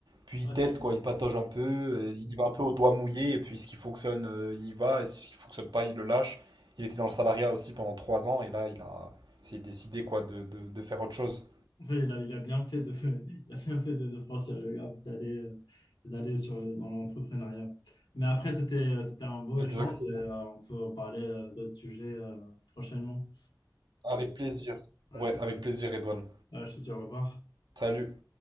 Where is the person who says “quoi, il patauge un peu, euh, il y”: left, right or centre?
Right